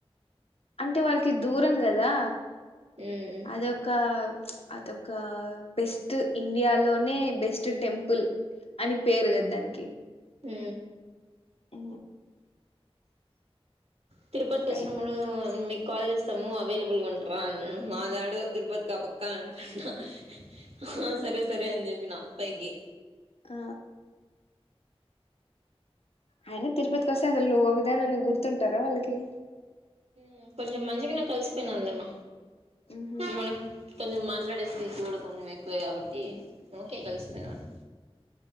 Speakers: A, on the left; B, on the right.
A: అంటే వాళ్ళ కి దూరం కదా
B: ఉమ్
A: అదొక అదొక బెస్ట్ ఇండియాలోనే బెస్ట్ టెంపుల్. అని పేరు కద దానికి
B: ఆ
A: ఆ
B: తిరుపతి కొచ్చినపుడు
A: కైండ్
B: మీ కాల్ చేస్తాము అవైలబుల్గా ఉంటారా అన్నాను మా దాడు తిరుపతికి ఆ పక్క అనుకుంటున్నా. హ సరే సరే అని చెప్పిన పైకి
A: ఆ అయన తిరుపతికి వస్తే అసలు నువ్వు ఒకదానివి అని గుర్తుంటారా వాళ్ళకి
B: మ్ కొంచెం మంచిగా నే కలిసిపోయినాము లేమ్మ
A: ఉహు.
B: మనం కొంచం మాట్లాడేస్తంది చూడు కొంచెం ఎక్కువే కాబట్టి ఓకే కలుస్తున్నాను